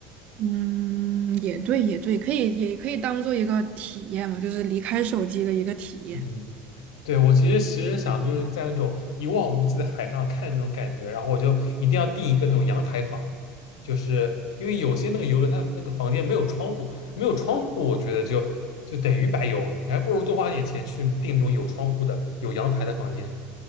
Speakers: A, on the right; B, on the left.
A: 嗯，也对，也对，可以，也可以当做一个体验嘛，就是离开手机的一个体验。
B: 嗯。对，我其实其实想就是在那种一望无际的海上看那种感觉，然后我就一定要订一个那种阳台房，就是因为有些那个游轮它那个房间没有窗户，没有窗户，我觉得就就等于白游，你还不如多花点钱去订那种有窗户的、有阳台的房间。